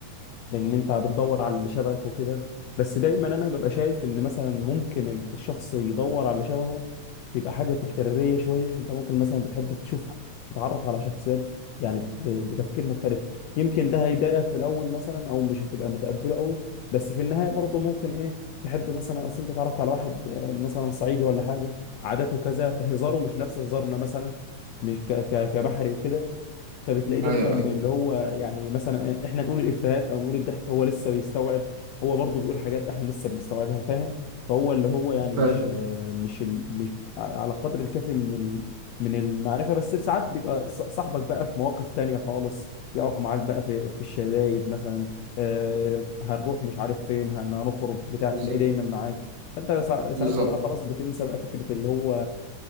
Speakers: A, on the left; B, on the right.
A: ان انت بتدور على اللي شبهك وكده بس دايما انا ببقى شايف ان مثلا ممكن الشخص يدور على اللي شبهه يبقى حاجه تكراريه شويه انت ممكن مثلا بتحب تشوف تتعرف على شخصيات يعني ب- بتفكير مختلف يمكن ده هيضايقك في الاول مثلا او مش هتبقى متقبله قوي بس في النهايه برضه ممكن ايه تحب مثلا اصل انت اتعرفت على واحد آه، مثلا صعيدي ولا حاجه عاداته كذا هزاره مش نفس هزارنا مثلا مش ك- ك- كبحري وكده فبتلاقيه دايما
B: أيوه
A: اللي
B: أيوه
A: هو يعني مثلا احنا نقول الافيهات او نقول الضحك هو لسه بيستوعب هو برضه بيقول حاجات احنا لسه بنستوعبها فاهم فهو اللي هو يعني
B: فاهم
A: مش مش ال- مش على قدر الكافي من ال من المعرفه بس ساعات بيبقى ص- صاحبك بقى في مواقف تانية خالص يقف معاك بقى في في الشدايد مثلا آه، هنروح مش عارف فين هن- هنخرج بتاع تلاقيه
B: بالظبط
A: دايما معاك فانت سا- ساعتها
B: بالظبط
A: بقى خلاص بتنسى بقى فكره اللي هو